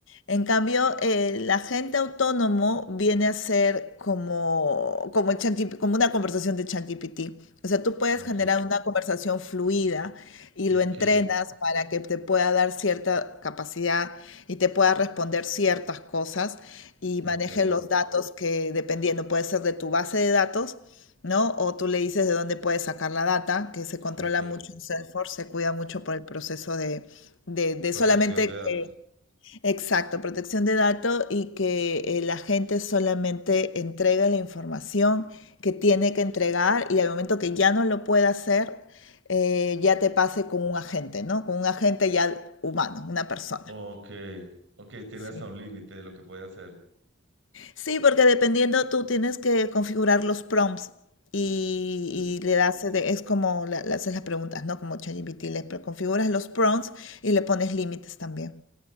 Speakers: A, on the left (about 75°); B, on the right (about 70°).
A: En cambio, eh, el agente autónomo viene a ser como, como, el ChatGPT como una conversación de ChatGPT. O sea, tú puedes
B: ok,
A: generar una conversación fluida y
B: ok,
A: lo entrenas para que te pueda dar cierta capacidad y te pueda responder ciertas cosas y
B: ok,
A: maneje los datos que, dependiendo, puede ser de tu base de datos, ¿no? O tú le dices de dónde puedes sacar la data, que se controla
B: ok.
A: mucho en Salesforce, se cuida mucho por el proceso de, de, de
B: Protección
A: solamente
B: de datos.
A: que Exacto, protección de datos y que eh, la gente solamente entrega la información que tiene que entregar y al momento que ya no lo pueda hacer, eh, ya te pase con un agente, ¿no? Con un agente ya humano, una persona.
B: Ok, ok, tienes
A: Sí.
B: a un límite de lo que puede hacer.
A: Sí, porque dependiendo tú tienes que configurar los prompts y,
B: Sí.
A: y le das, de- es como le, le haces las preguntas, ¿no? Como ChatGPT, le pre- configuras los prompts y le pones límites también.